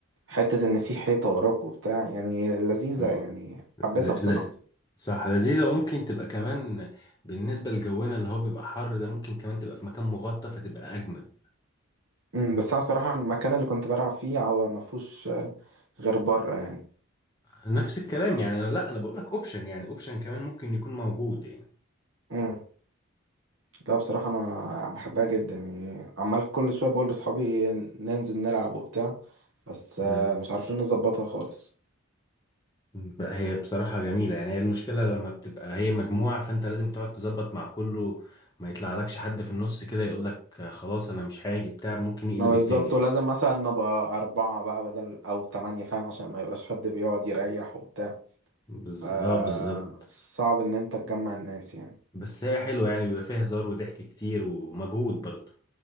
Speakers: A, on the right; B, on the left.
A: حته ان في حيطه وراك وبتاع يعني لذيذه
B: آه.
A: يعني
B: لا
A: حبيتها
B: لا
A: بصراحه
B: صح لذيذة وممكن تبقى كمان بالنسبة لجونا اللي هو بيبقى حر ده ممكن كمان تبقى في مكان مغطى فتبقى أجمل
A: امم بس انا بصراحه المكان اللي كنت بلعب فيه هو ما فيهوش غير بره يعني
B: نفس الكلام يعني أنا لا أنا بقول لك أوبشن يعني أوبشن كمان ممكن يكون موجود يعني
A: امم لا بصراحة أنا بحبها جدا يعني عمال كل شوية بقول لأصحابي ننزل نلعب وبتاع بس آه،
B: مم.
A: مش عارفين نظبطها خالص
B: بقى هي بصراحة جميلة يعني هي المشكلة لما بتبقى هي مجموعة فأنت لازم تقعد تظبط مع كله ما يطلعلكش حد في النص كده يقول لك خلاص أنا مش هاجي بتاع ممكن يقلب
A: ما بالظبط
B: الدنيا
A: ولازم
B: يعني
A: مثلا نبقى أربعة بقى بدل أو تمانية فاهم عشان ما يبقاش حد بيقعد يريح وبتاع
B: بز...
A: ف
B: اه بالظبط
A: صعب إن أنت تجمع الناس يعني
B: بس هي حلوة يعني بيبقى فيها هزار وضحك كتير ومجهود برضه